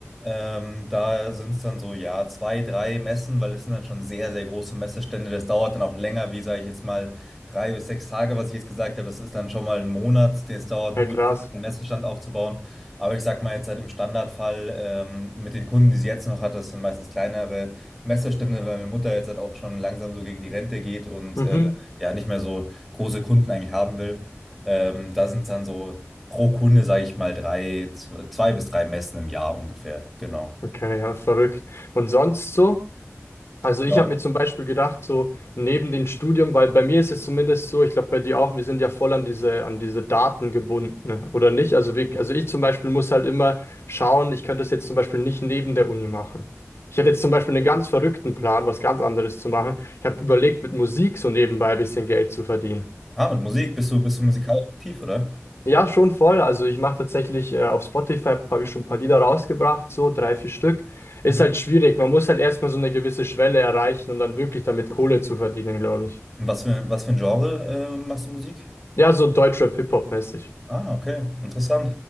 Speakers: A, in the centre; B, on the left.
A: Ähm, da sind es dann so, ja, zwei, drei Messen, weil es sind dann schon sehr, sehr große Messestände. Das dauert dann auch länger, wie sage ich jetzt mal, drei bis sechs Tage, was ich jetzt gesagt habe. Das ist dann schon mal ein Monat, den es dauert,
B: Ja,
A: nur
B: krass.
A: diesen einen Messestand aufzubauen. Aber ich sag mal jetzt halt im Standardfall ähm, mit den Kunden, die sie jetzt noch hat, das sind meistens kleinere Messestände, weil meine Mutter jetzt halt auch schon langsam so gegen die Rente geht und
B: Mhm.
A: äh, ja, nicht mehr so große Kunden eigentlich haben will. Ähm, da sind es dann so pro Kunde, sage ich mal, drei, zw- zwei bis drei Messen im Jahr ungefähr. Genau.
B: Okay, ja, verrückt. Und sonst so? Also
A: Ja.
B: ich habe mir zum Beispiel gedacht, so neben dem Studium, weil bei mir ist es zumindest so, ich glaube bei dir auch, wir sind ja voll an diese, an diese Daten gebunden, ne? oder nicht? Also, wir, also ich zum Beispiel muss halt immer schauen, ich könnte es jetzt zum Beispiel nicht neben der Uni machen. Ich hatte jetzt zum Beispiel einen ganz verrückten Plan, was ganz anderes zu machen. Ich habe überlegt, mit Musik so nebenbei ein bisschen Geld zu verdienen.
A: Ah, mit Musik, bist du, bist du musikalisch aktiv, oder?
B: Ja, schon voll. Also ich mache tatsächlich äh, auf Spotify habe ich schon ein paar Lieder rausgebracht, so drei, vier Stück. Ist
A: Mhm.
B: halt schwierig. Man muss halt erstmal so eine gewisse Schwelle erreichen, um dann wirklich damit Kohle zu verdienen, glaube ich.
A: Und Was für, was für ein Genre, äh, machst du Musik?
B: Ja, so Deutschrap-Hip-Hop-mäßig.
A: Ah, okay, interessant.